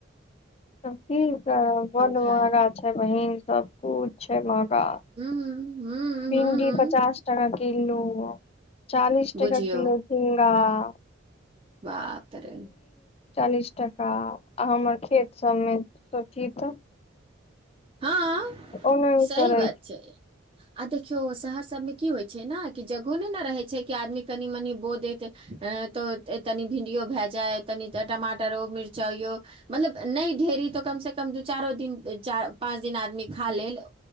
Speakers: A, on the left; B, on the right.
A: तब की करब बन
B: खाइ
A: बहरा छै बहीन सब कुछ छै भिंडी
B: हूं हूं हूं
A: पचास टका हेलो चालीस
B: बुझियौ
A: टका किलो घीउरा <unintelligible>
B: बाप रे
A: चालीस टाका आ हमर खेतसभमे सोचीह तऽ
B: हाँ
A: ओने
B: सही
A: सड़ै
B: बात छै आ देख- देखियौ शहर सभमे की होइ छै न की जगहो नहि नै ने रहै छै की आदमी कनि मनि बोइ देत तऽ तनि भिंडीयो भए जाइत तनि टमाटरो मिरचाइयो मतलब नहि ढेरी तऽ कमसँ कम दू चारो दिन चार - -पाँंच दिन आदमी खा लेल